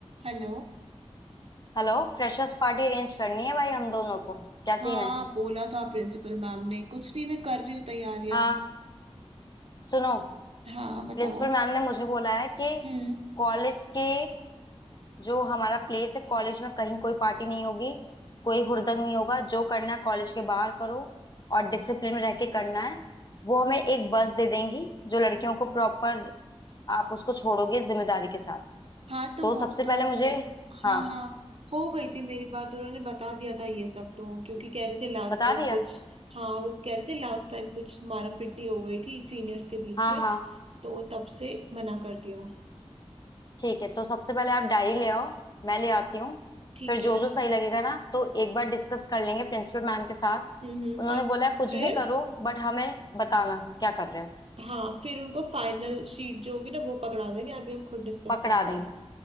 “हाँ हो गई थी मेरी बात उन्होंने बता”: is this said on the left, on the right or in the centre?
Right